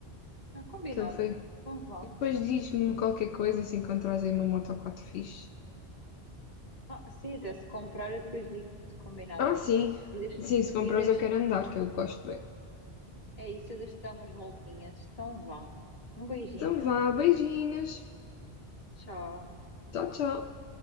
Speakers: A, on the left; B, on the left.
A: Ah, combinado.
B: que ele foi.
A: Então vá.
B: E depois diz-me qualquer coisa se encontrares aí uma moto 4 fixe.
A: Ah, sim, até se comprar eu depois digo-te, combinado.
B: Ah, sim.
A: E deixo,
B: Sim, se comprares
A: e deixo
B: eu quero andar, que eu gosto bem.
A: é isso, eu deixo-te dar umas voltinhas. Então vá. Um beijinho.
B: Então vá, beijinhos.
A: Tchau.
B: Tchau, tchau.